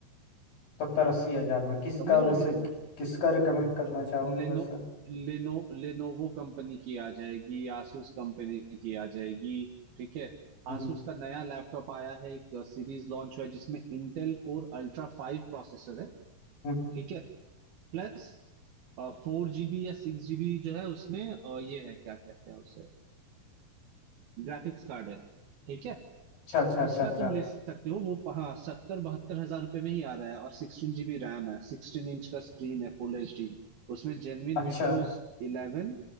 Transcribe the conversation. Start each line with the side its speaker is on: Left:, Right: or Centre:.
Left: सत्तर अस्सी हजार में किसका
Right: समझ रहे
Left: वैसे
Right: हो मेरी
Left: कि-
Right: बात
Left: किसका रिकमेंड करना चाहोगे
Right: लेनो
Left: वैसे
Right: लेनो लेनोवो कंपनी की आ जाएगी asus कंपनी की आ जाएगी ठीक है
Left: हम्म
Right: asus का नया लैपटॉप आया है एक सीरीज लॉन्च हुआ है जिसमें Intel core ultra five processor है
Left: हम्म,
Right: ठीक है प्लस फोर जीबी या सिक्स जीबी जो है उसमें अ, ये है क्या कहते हैं उसे ग्राफिक्स कार्ड है ठीक है
Left: अच्छा अच्छा अच्छा
Right: उसका
Left: अच्छा
Right: तुम ले सकते हो वो हाँ सत्तर बहत्तर हजार रुपये में ही आ रहा है और सिक्सटीन जीबी रैम है सिक्सटीन इंच का स्क्रीन है फुल एच डी उसमें genuine
Left: अच्छा
Right: Windows eleven